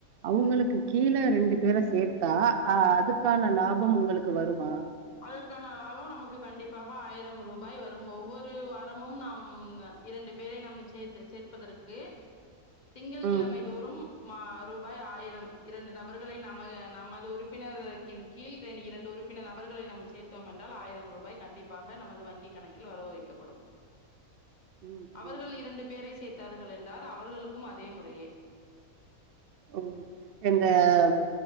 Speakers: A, on the right; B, on the left.
A: அவுங்குளுக்கு கீழ ரெண்டு பேர சேத்தா அ அதுக்கான
B: ம்
A: லாபம் உங்களுக்கு வருமா
B: அதற்கான லாபம் நமக்கு கண்டிப்பாக ஆயிரம் ரூபாய் வரும் ஒவ்வொரு வாரமும் நாம் ங்க இரண்டு பேரை நம் சேர் சேர்ப்பதற்கு திங்கள்கிழமை
A: ம்,
B: தோறும் மா ரூபாய் ஆயிரம் இரண்டு நபர்களை நமது நமது உறுப்பினர்க க்கின் கீழ் ரெண் இரண்டு உறுப்பினர் நபர் களை நாம் சேர்த்தோம் என்றால் ஆயிரம் ரூபாய் கண்டிப்பாக நமது வங்கிக் கணக்கில் வரவு வைக்கப்படும்
A: ம்,
B: அவர்கள்
A: ம்.
B: இரண்டு பேரை சேர்த்தார்கள் என்றார் அவர்களுக்கும் அதே முறையே
A: ம் இந்த ம்